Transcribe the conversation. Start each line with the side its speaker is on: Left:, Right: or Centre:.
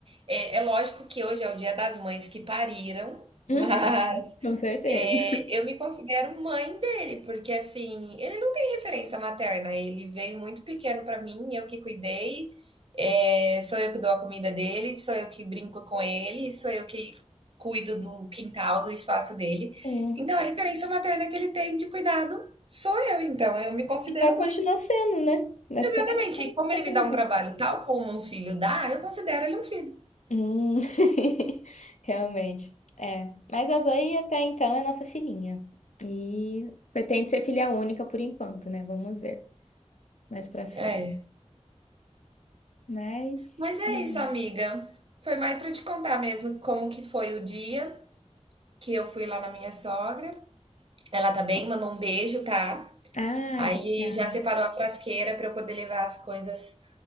Right: É, é lógico que hoje é o Dia das Mães que pariram, <laughs>
Left: Uhum,
Right: mas
Left: com certeza.
Right: é, eu me considero mãe dele, porque assim, ele não tem referência materna, ele veio muito pequeno para mim, eu que cuidei, é, sou eu que dou a comida dele, sou eu que brinco com ele, sou eu que cuido do quintal, do espaço dele.
Left: É.
Right: Então, a referência materna que ele tem de cuidado sou eu, então eu me considero
Left: E vai
Right: mãe.
Left: continuar sendo, né? Até.
Right: Exatamente. E como ele
Left: até
Right: me dá
Left: acabar.
Right: um trabalho tal como um filho dá, eu considero ele um filho.
Left: Hum. <laughs> Realmente. É. Mas a Zoe até então é nossa filhinha. E pretende ser filha única por enquanto, né? Vamos ver mais pra frente.
Right: É.
Left: Mas.
Right: Mas é
Left: beleza.
Right: isso, amiga. Foi mais para te contar mesmo como que foi o dia que eu fui lá na minha sogra. Ela tá bem, mandou um beijo, tá?
Left: Ai,
Right: Aí
Left: obrigada.
Right: já separou a frasqueira para eu poder levar as coisas